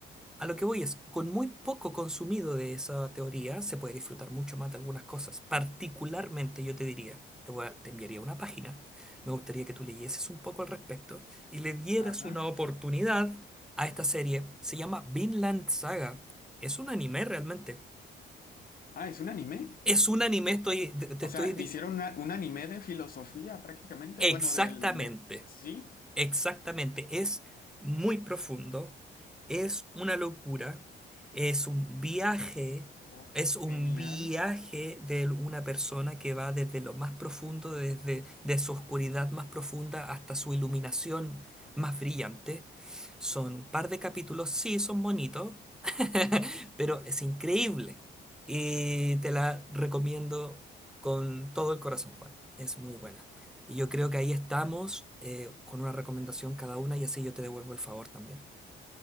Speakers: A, in the centre; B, on the left.
A: a lo que voy es, con muy poco consumido de esa teoría, se puede disfrutar mucho más de algunas cosas. Particularmente, yo te diría, te voy a- te enviaría una página, me gustaría que tú leyeses un poco al respecto y le dieras
B: Ajá.
A: una oportunidad a esta serie. Se llama Vinland Saga. Es un anime realmente.
B: Ah, ¿es un anime?
A: Es un anime, estoy, te te
B: O
A: estoy...
B: sea,
A: di-
B: hicieron una- un anime de filosofía prácticamente,
A: Exactamente.
B: bueno, del... de- Sí,
A: Exactamente, es muy profundo, es una locura, es un viaje,
B: oh,
A: es un
B: genial.
A: viaje de una persona que va desde lo más profundo, desde de su oscuridad más profunda hasta su iluminación más brillante. Son un par de capítulos, sí, son bonitos, <laughs> pero es increíble y te la recomiendo con todo el corazón, Juan. Es muy buena. Y yo creo que ahí estamos eh, con una recomendación cada una y así yo te devuelvo el favor también.